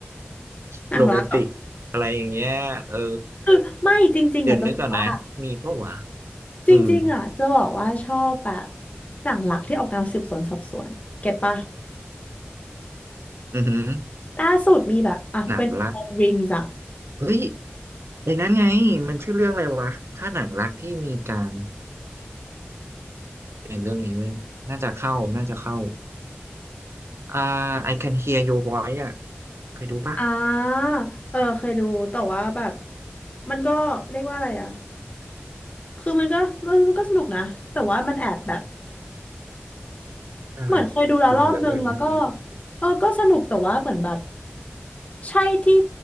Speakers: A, on the right; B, on the left.
A: <laughs>
B: หนังรักเหรอ่ะ
A: โรแมนติกอะไรอย่างเงี้ยเออ
B: คือไม่จริงๆอ่ะจะบอกว่า
A: เดี๋ยวนึกก่อนนะมีปะวะ
B: จริงๆอ่ะจะบอกว่าชอบแบบ
A: อืม
B: หนังรักที่ออกแนวสืบสวนสอบสวนเก็ตปะ
A: อือหือ
B: ล่าสุดมีแบบอ่ะ
A: หนังรัก
B: When the Phone Rings อ่ะ
A: เฮ้ยไอ้นั้นไงมันชื่อเรื่องอะไรวะถ้าหนังรักที่มีการน่เว้ยน่าจะเข้าน่าจะเข้า อ่า I can hear your voice อ่ะเคยดูปะ
B: อ่าเออเคยดูแต่ว่าแบบมันก็เรียกว่าอะไรอ่ะคือมันก็มันก็สนุกนะแต่ว่ามันแอบแบบ
A: อะไร
B: เหมือนเคยดูแล้วรอบนึงแล้วก็
A: ดูแล้วเลยนี่
B: เออก็สนุกแต่ว่าเหมือนแบบใช่ที่